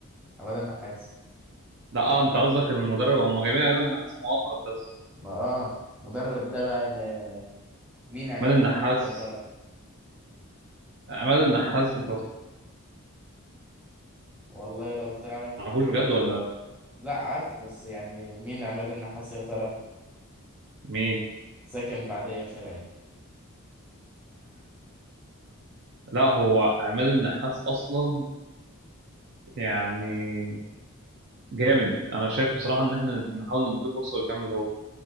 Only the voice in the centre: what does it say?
عماد النحاس
ما اه مدرب ده بقى م- مين عماد
النحاس
ده يا ترى
والله لو تعرف
آه،
لا عارفه بس يعني مين عماد النحاس يا ترى
ساكن بعديه بشارعين